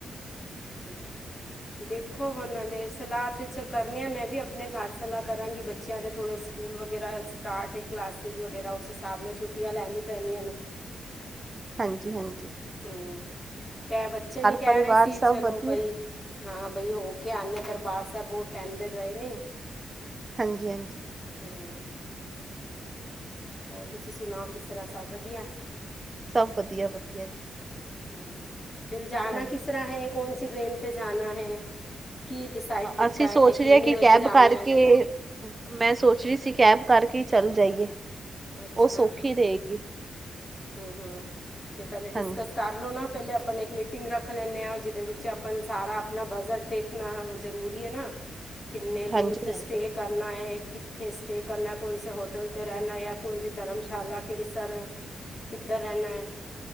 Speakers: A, on the left; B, on the right.
A: ਅੱਛਾ ਦੇਖੋ ਹੋਨ ਹੱਲੇ ਸਲਾਹ ਤੇ ਚ ਕਰਨੇ ਹਾਂ ਮੈਂ ਵੀ ਆਪਣੇ ਘਰ ਸਲਾਹ ਕਰਾਂਗੀ ਬੱਚਿਆਂ ਦੇ ਥੋੜ੍ਹੇ ਸਕੂਲ ਵਗੈਰਾ ਸਟਾਰਟ ਏ। ਕਲਾਸਿਸ ਵਗੈਰਾ ਉਸ ਹਿਸਾਬ ਨਾਲ ਛੁੱਟੀਆਂ ਲੈਣੀਆਂ ਪੈਣੀਆਂ ਨੇ।
B: ਹਾਂਜੀ-ਹਾਂਜੀ
A: ਹਮ ਕਹਿ ਬੱਚੇ ਵੀ ਕਹਿ
B: ਪਰਿਵਾਰ
A: ਰਹੇ ਸੀ
B: ਸਭ
A: ਚਲੋ
B: ਵਧੀਆ
A: ਬਈ ਹਾਂ ਬਈ ਹੋ ਕੇ ਆਨੇ ਹਾਂ ਦਰਬਾਰ ਸਾਹਿਬ ਬਹੁਤ ਟਾਈਮ ਦੇ ਗਏ ਨੀ।
B: ਹਾਂਜੀ-ਹਾਂਜੀ
A: ਹਮ, ਹੋਰ ਤੁਸੀਂ ਸੁਣਾਓ ਕਿਸ ਤਰ੍ਹਾਂ ਸਭ ਵਧੀਆ।
B: ਸਭ ਵਧੀਆ-ਵਧੀਆ ਜੀ।
A: ਹਮ ਤੇ ਜਾਨਾ
B: ਹਾਂਜੀ।
A: ਕਿਸ ਤਰ੍ਹਾਂ ਹੈ ਕੌਣਸੀ ਟ੍ਰੇਨ ਤੇੇ ਜਾਨਾ ਹੈ। ਕੀ ਡਿਸਾਈਡ ਕੀਤਾ
B: ਅਸੀਂ ਸੋਚ
A: ਹੈ ਕਿੰਨੀ
B: ਰਹੇ ਹਾਂ ਕਿ
A: ਵਜੇ
B: ਕੈਬ
A: ਜਾਣਾ
B: ਕਰਕੇ
A: ਹੈ
B: ਮੈਂ ਸੋਚ ਰਹੀ ਸੀ ਕੈਬ ਕਰਕੇ ਚੱਲ ਜਾਈਏ।
A: ਅੱਛਾ
B: ਉਹ ਸੌਖੀ ਰਹੇਗੀ।
A: ਹਮ-ਹਮ ਤੇ ਪਹਿਲੇ ਡਿਸਕਸ
B: ਹਾਂਜੀ।
A: ਕਰ ਲਓ ਨਾ ਪਹਿਲੇ ਆਪਨ ਇੱਕ ਮੀਟਿੰਗ ਰੱਖ ਲੈਂਦੇ ਹਾਂ ਜਿਹਦੇ ਵਿੱਚ ਆਪਨ ਸਾਰਾ ਆਪਣਾ ਬਜਟ ਦੇਖਣਾ ਜ਼ਰੂਰੀ ਹੈ ਨਾ। ਕਿੰਨੇ ਦਿਨ
B: ਹਾਂਜੀ
A: ਉੱਥੇ
B: ਹਾਂਜੀ
A: ਸਟੇ ਕਰਨਾ ਹੈ ਕਿੱਥੇ ਸਟੇ ਕਰਨਾ ਕੌਣਸੇ ਹੋਟਲ ਤੇ ਰਹਿਣਾ ਯਾ ਕੌਣਜ ਧਰਮਸ਼ਾਲਾ ਕਿ ਸਰ ਕਿੱਧਰ ਰਹਨਾ ਹੈ।